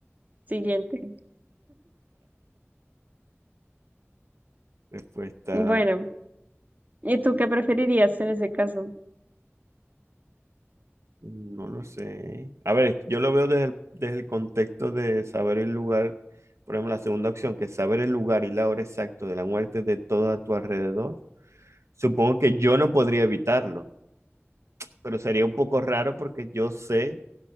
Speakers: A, on the right; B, on the right.
A: Siguiente.
B: Respuesta
A: Bueno, ¿y tú qué preferirías en ese caso?
B: No lo sé. A ver, yo lo veo desde el, desde el contexto de saber el lugar, por ejemplo, la segunda opción, que es saber el lugar y la hora exacta de la muerte de todo a tu alrededor. Supongo que yo no podría evitarlo, pero sería un poco raro porque yo sé